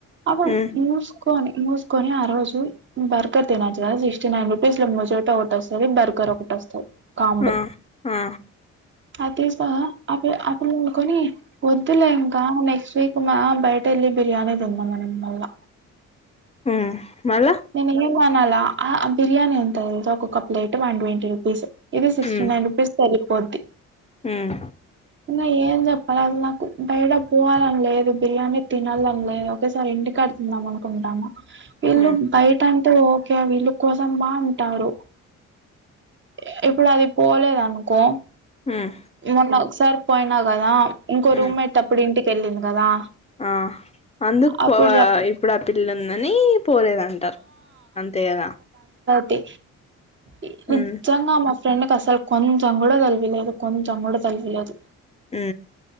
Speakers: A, on the right (about 40°); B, on the left (about 20°).
A: అప్పుడు
B: మ్మ్
A: మూసుకొని ముూసుకొని ఆ రోజు బర్గర్ తి సిక్స్టీ నైన్ రూపీస్ మజోట ఒకటి వస్తది బర్గర్ ఒకటి వస్తది కాంబు
B: ఆ ఆ
A: అ తీసినావ అప్పు అప్పుడు కొని వద్దులే ఇంక నెక్స్ట్ వీక్ అమ్మి బయట వెళ్లి బిర్యానీ తిందాం అనింది మళ్ళా.
B: మ్మ్ మళ్ళ
A: నేను ఏమనాలా. ఆ బిర్యానీ ఎంతో తెలుసా ఒకొక్క ప్లేట్ వన్ ట్వంటీ రూపీస్. ఇది సిక్స్టీ
B: మ్మ్
A: నైన్ రూపీస్ ఎళ్లిపోద్ది.
B: మ్మ్
A: ఇంగా ఏ చెప్పరాదు. నాకు బయటకు పోవాలని లేదు, బిర్యానీ తినాలని లేదు. ఒకేసారి ఇంటికాడ తిందాం అనుకుంటున్నాము. వీళ్ళు
B: మ్మ్
A: బయట అంటే ఓకే వీళ్ళు కోసం పా అంటాడు. ఇ ఇప్పుడు అది పోలేదనుకో
B: మ్మ్
A: మొన్నా ఒకసారి పోయినకదా. ఇంకో
B: మ్మ్
A: రూమ్మేట్ అప్పుడు ఇంటికి కి వెళ్ళింది కదా.
B: ఆ అందుకు
A: అప్పుడు
B: పో
A: చెప్
B: ఇప్పుడు ఆ పిల్ల ఉందని పోలేదంటారు అంతే కదా.
A: తే ఇ హు
B: మ్మ్
A: మా ఫ్రెండ్ కి అసలు కొంచం కూడా తలకాయ లేదు. కొంచెం కూడా తలకాయ లేదు.
B: ఊ